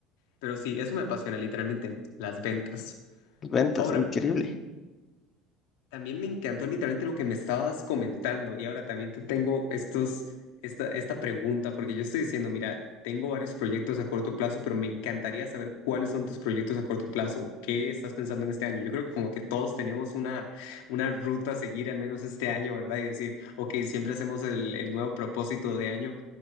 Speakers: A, on the left; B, on the left.
A: Pero sí, eso me apasiona literalmente, las ventas.
B: Las ventas,
A: Ahora,
B: increíble.
A: también me encantó literalmente lo que me estabas comentando y ahora también te tengo estos, esta, esta pregunta porque yo estoy diciendo, mira, tengo varios proyectos a corto plazo, pero me encantaría saber cuáles son tus proyectos a corto plazo, qué estás pensando en este año. Yo creo que como que todos tenemos una, una ruta a seguir al menos este año, ¿verdad? Y decir, ok, siempre hacemos el, el nuevo propósito de año.